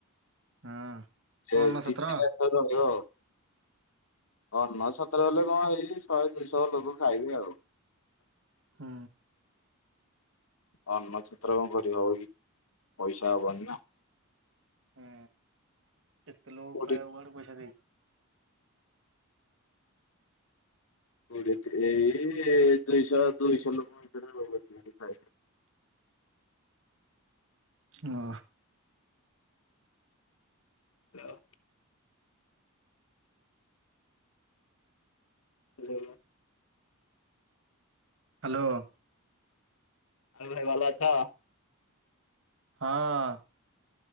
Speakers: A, on the right (about 60°); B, on the left (about 70°).
A: ହଁ। କଣ
B: ସେ <unintelligible>
A: ଅନସତ୍ର
B: ଦ ରହିବ ଆଉ ଅ <unintelligible> ସତରେ ହେଲେ କଣ ହେଇ ଶଏ ଦୁଇଶହ ଲୋକ ଖାଇବେ ଆଉ
A: ହୁଁ।
B: ଅନ୍ନ ଛତ୍ର କଣ କରି ହବ କି ପଇସା ହବନି ନା।
A: ହୁଁ କେତେ ଲୋକ
B: କୋଉଠି
A: ଖାଇବାକୁ ଗଲେ ପଇସା ଦେଇ
B: ମୁ ଏଇ ଦୁଇଶହ ଦୁଇଶହ ଲୋକରେ ଖଣ୍ଡେ ହବ ବୋଧେ ଖାଇବେ
A: ହୁଁ।
B: ହ୍ୟାଲୋ। ହ୍ୟାଲୋ।
A: ହ୍ୟାଲୋ।
B: ଆରେ ଭାଇ ଭଲ ଅଛ।
A: ହଁ।